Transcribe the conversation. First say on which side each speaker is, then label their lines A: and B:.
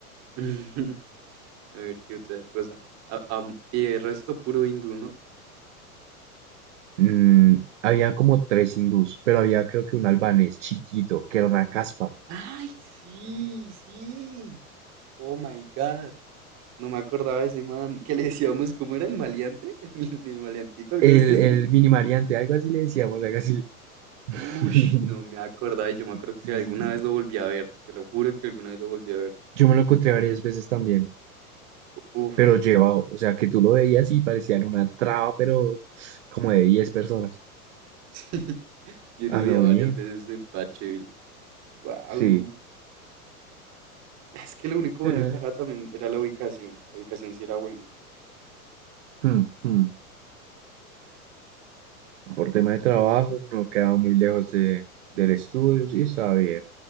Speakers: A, on the right; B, on the right.
A: <laughs> A ver, qué otra cosa. A- am- y el resto puro hindú, ¿no?
B: mm, había como tres hindús, pero había creo que un albanés chiquito, que era una caspa.
A: Ay, sí, sí. Oh my God. No me acordaba de ese man. Que le decíamos, ¿cómo era el maleante? El, mi- el maleantico, algo
B: El,
A: así.
B: el
A: <laughs>
B: mini maleante, algo así le decíamos, algo así. <laughs>
A: Ush, no me acordaba. y Yo me acuerdo
B: Sí,
A: que alguna
B: sí, sí.
A: vez lo volví a ver. Te lo juro que alguna vez lo volví a ver.
B: Yo me lo encontré varias veces también,
A: Uf,
B: pero llevado, o sea, que tú lo veías y parecían una traba, pero como de 10 personas.
A: <laughs> sí. Yo lo
B: A
A: veía
B: lo
A: varias
B: bien,
A: veces en Pacheville. Wow.
B: sí.
A: Es que lo único
B: Mm,
A: bueno de Tajada también era la ubicación. La ubicación sí era buena.
B: Hmm, hmm. Por tema de trabajo, no quedaba muy lejos de, del estudio, sí, estaba bien.